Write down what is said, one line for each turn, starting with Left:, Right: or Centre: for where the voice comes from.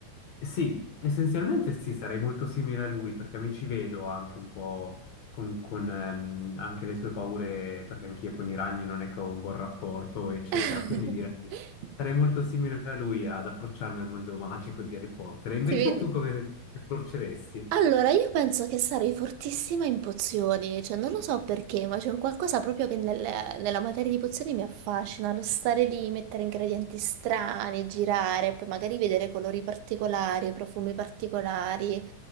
Left: Sì, essenzialmente sì, sarei molto simile a lui perché mi ci vedo anche un po' con, con, ehm, anche le sue paure, perché anch'io con i ragni non è che ho un buon rapporto, eccetera.
Right: <laughs>
Left: Quindi direi sarei molto simile a lui ad approcciarmi al mondo magico di Harry Potter. E invece
Right: Ti vedi?
Left: tu come ti approcceresti?
Right: Allora, io penso che sarei fortissima in pozioni, cioè non lo so perché, ma c'è un qualcosa proprio che nel- nella materia di pozioni mi affascina, lo stare lì, mettere ingredienti strani, girare, poi magari vedere colori particolari, profumi particolari,